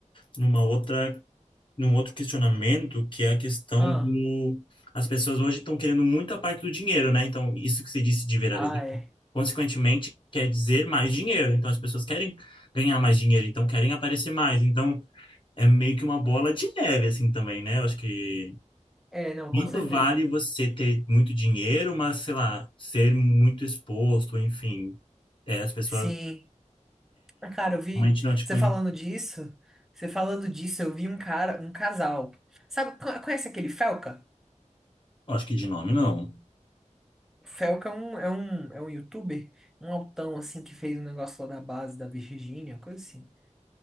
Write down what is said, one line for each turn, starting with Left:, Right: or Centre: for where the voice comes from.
Left: numa outra, num outro questionamento, que é a questão
Centre: Ah,
Left: do... As pessoas hoje estão querendo muito a parte do dinheiro, né? Então, isso que você disse de viralizar,
Centre: ah, é.
Left: consequentemente, quer dizer mais dinheiro. Então, as pessoas querem ganhar mais dinheiro, então querem aparecer mais. Então, é meio que uma bola de neve, assim, também, né? Eu acho que
Centre: É, não,
Left: Quanto
Centre: com certeza.
Left: vale você ter muito dinheiro, mas, sei lá, ser muito exposto, enfim. É, as pessoas
Centre: Sim. Ah, Cara, eu vi
Left: realmente não te
Centre: você
Left: conhecem.
Centre: falando disso. Você falando disso, eu vi um cara, um casal. Sabe, co- conhece aquele Felca?
Left: Acho que de nome não.
Centre: O Felca é um, é um, é um youtuber, um altão assim que fez um negócio lá da base da Virgínia, coisa assim.